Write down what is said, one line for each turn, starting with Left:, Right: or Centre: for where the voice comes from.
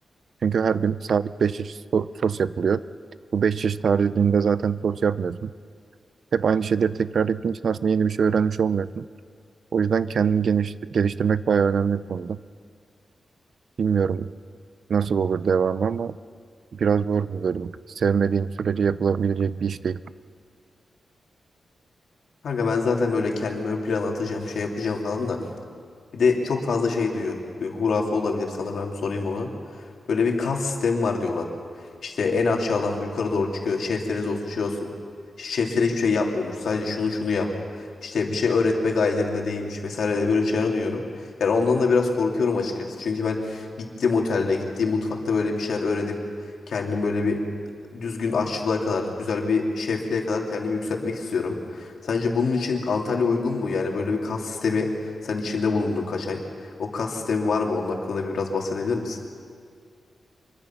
Right: Çünkü her gün sabit 5 çeşit so- sos yapılıyor. Bu 5 çeşit haricinde zaten sos yapmıyorsun. Hep aynı şeyleri tekrar ettiğin için aslında yeni bir şey öğrenmiş olmuyorsun. O yüzden kendini geniş- geliştirmek bayağı önemli bir konuda. Bilmiyorum nasıl olur devamı ama biraz zor bir bölüm. Sevmediğim sürece yapılabilecek bir iş değil.
Left: Kanka ben zaten böyle kendimi ön plana atacağım, şey yapacağım falan da. Bir de çok fazla şey duyuyorum. Bir hurafe olabilir sana ben bir sorayım onu. Böyle bir kas sistemi var diyorlar. İşte en aşağıdan bu yukarı doğru çıkıyor. Şefleriniz olsun şey olsun. Şefler hiçbir şey yapmıyormuş. Sadece şunu şunu yap. İşte bir şey öğretme gayelerinde değilmiş vesaire de böyle şeyler duyuyorum. Yani ondan da biraz korkuyorum açıkçası. Çünkü ben gittiğim otelde, gittiğim mutfakta böyle bir şeyler öğrenip kendim böyle bir düzgün aşçılığa kadar, güzel bir şefliğe kadar kendimi yükseltmek istiyorum. Sence bunun için Antalya uygun mu? Yani böyle bir kas sistemi sen içinde bulundun kaç ay. O kas sistemi var mı? Onun hakkında da biraz bahsedebilir misin?